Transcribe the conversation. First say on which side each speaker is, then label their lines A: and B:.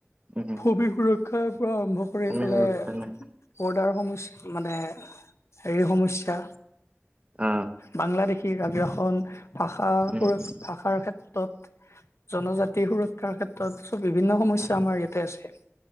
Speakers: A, on the right; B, on the left.
A: উম
B: ভূমি সুৰক্ষা পৰা আৰম্ভ কৰি
A: ভূমি
B: এইফালে
A: সুৰক্ষা
B: <unintelligible>
A: নাই
B: <unintelligible> সমস্যা মানে হেৰি সমস্যা
A: অ
B: বাংলাদেশী <unintelligible> আজি অসম ভাষা
A: উম
B: সুৰ-ভাষাৰ
A: উম
B: ক্ষেত <unintelligible> জনজাতি সুৰক্ষাৰ ক্ষেত্ৰত চব বিভিন্ন সমস্যা
A: অ
B: আমাৰ ইয়াতে আছে।